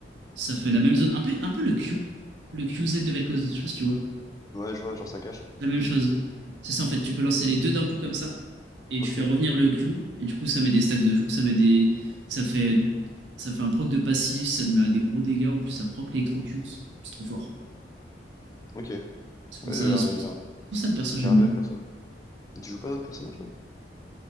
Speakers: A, on the right (about 80°); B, on the left (about 20°).
A: ça fait la même zone, un peu, un peu le Q, le QZ de Vel'Koz, je sais pas si tu vois
B: Ouais, je vois, genre ça cache.
A: la même chose. C'est ça, en fait, tu peux lancer les deux d'un coup comme ça, et
B: Ok,
A: tu fais revenir le Q, et du coup, ça met des stacks de. Ça met des. Ça fait. Ça fait un proc de passif, ça le met à des gros dégâts, en plus ça proc l'électrocute. C'est trop fort.
B: ok. Ouais,
A: C'est pour
B: il a
A: ça,
B: l'air,
A: c'est
B: il
A: pour...
B: a
A: c'est
B: l'air
A: pour ça le perso j'aime
B: il a l'air
A: bien.
B: bien, le perso. Et tu joues pas d'autres personnages, non?